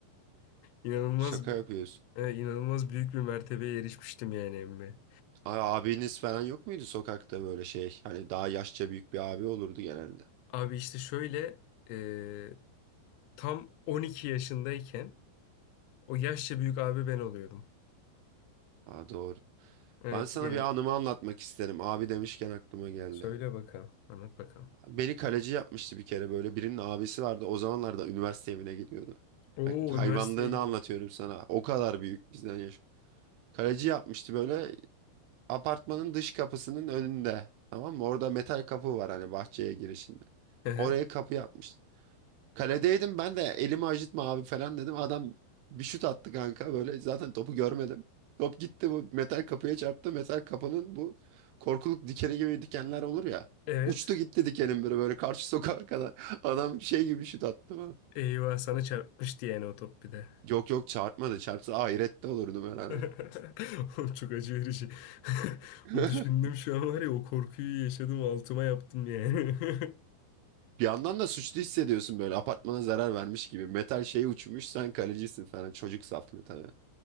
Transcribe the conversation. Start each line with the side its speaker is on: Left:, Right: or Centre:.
Left: İnanılmaz
Right: Şaka yapıyorsun.
Left: e, inanılmaz büyük bir mertebeye erişmiştim yani emmi.
Right: Ay, abiniz falan yok muydu sokakta böyle şey? Hani daha yaşça büyük bir abi olurdu genelde.
Left: Abi işte şöyle e, tam 12 yaşındayken o yaşça büyük abi ben oluyordum.
Right: Aa, doğru.
Left: Evet
Right: Ben sana
Left: yani
Right: bir anımı anlatmak isterim. Abi demişken aklıma geldi.
Left: söyle bakalım anlat bakalım.
Right: Beni kaleci yapmıştı bir kere böyle. Birinin abisi vardı. O zamanlarda üniversite evine gidiyordu.
Left: Oo
Right: Bak, hayvanlığını
Left: üniversiteye gidiyorum.
Right: anlatıyorum sana. O kadar büyük bizden yaş. Kaleci yapmıştı böyle. apartmanın dış kapısının önünde. Tamam mı? Orada metal kapı var hani bahçeye girişinde.
Left: Hı hı.
Right: Oraya kapı yapmış. Kaledeydim ben de elimi acıtma abi falan dedim. Adam bir şut attı kanka böyle zaten topu görmedim. Top gitti bu metal kapıya çarptı. Metal kapının bu korkuluk dikeni gibi dikenler olur ya.
Left: Evet.
Right: Uçtu gitti dikenin böyle böyle karşı sokağa kadar. <laughs> Adam şey gibi şut attı bana.
Left: Eyvah sana çarpmıştı yani o top bir de.
Right: Yok yok çarpmadı. Çarpsa ahirette olurdum herhalde.
Left: <laughs> Oğlum çok acı verici.
Right: <laughs>
Left: <laughs> Düşündüm şu an var ya o korkuyu yaşadım altıma yaptım yani. <laughs>
Right: Bir yandan da suçlu hissediyorsun böyle apartmana zarar vermiş gibi. Metal şey uçmuş sen kalecisin falan. Çocuk saflığı tabii.